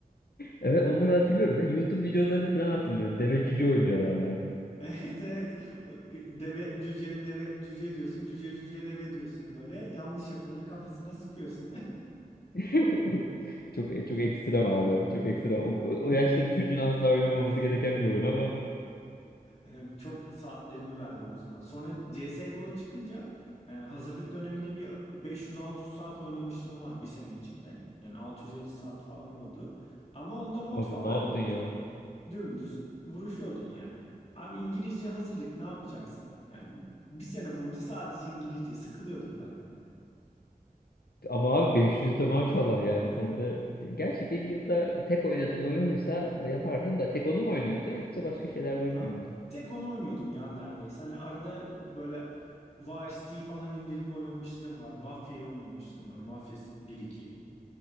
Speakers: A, on the left (about 75°); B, on the left (about 40°).
A: Evet onları hatırlıyorum ya. YouTube videolarını falan hatırlıyorum. Deve cüce oynuyorlardı.
B: <laughs> Evet evet. O Deve cüce deve cüce diyorsun. Cüce cüce deve diyorsun böyle. Yanlış yapanın kafasına sıkıyorsun. <laughs>
A: <laughs> Çok çok ekstrem abi. Çok ekstrem. O, o yaşta bir çocuğun asla oynamaması gereken bir oyun ama
B: Ee, Çok saatlerimi verdim o zaman. Sonra CSGO çıkınca e, hazırlık döneminde bir 500-600 saat oynamışlığım var bir sene içinde. Yani 650 saat falan oldu. Ama onda mod
A: abi
B: falan
A: ne yaptın
B: yoktu.
A: ya?
B: Dümdüz vuruşuyordun yani. Abi İngilizce hazırlık ne yapacaksın? Yani bir sene boyunca sadece İngilizce sıkılıyordum ben
A: Ama abi 500 de maşallah yani sen de. Gerçi bir yılda tek oynadığın oyun oysa yaparsın da tek onu mu oynuyordun yoksa başka şeyler de oynuyor
B: Abi,
A: muydun?
B: tek onu oynuyordum ya neredeyse. Hani arada böyle VST falan indirip oynamışlığım var. Mafya'yı oynamışlığım var. Mafya bir iki.